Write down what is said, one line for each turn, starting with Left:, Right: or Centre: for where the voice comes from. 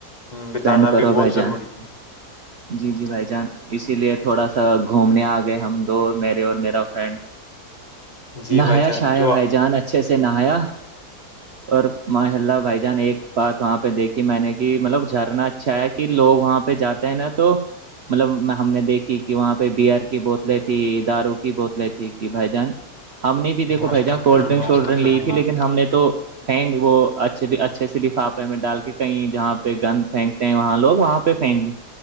Right: اسپینڈ
Left: بتانا
Right: کرو
Left: بھی بہت
Right: بھائی
Left: ضروری
Right: جان
Left: ہے
Right: <unintelligible> جی جی بھائی جان اسی لیے تھوڑا سا گھومنے آ گئے ہم دو میرے اور میرا فرینڈ
Left: جی
Right: نہایا
Left: بھائی جان
Right: شایا
Left: جو
Right: بھائی
Left: او
Right: جان اچھے سے نہایا اور ماشا اللہ بھائی جان ایک بات وہاں پہ دیکھی میں نے کہ مطلب جھرنا اچھا کہ لوگ وہاں پہ جاتے ہیں نا تو مطلب ہم نے دیکھی کہ وہاں پہ بیئر کی بوتلیں تھی دارو کی بوتلیں تھی کہ بھائی جان ہم نے بھی دیکو
Left: استغفر
Right: بھائی جہاں کولڈ
Left: اللہ
Right: ڈرنک شولڈ
Left: استغفر
Right: ڈرنک لی
Left: اللہ
Right: تھی لیکن ہم نے تو فینگ وہ اچھے اچھے سے لفافے میں ڈال کے کہیں جہاں پہ گند پھینکتے ہیں وہاں لوگ وہاں پہ پھینک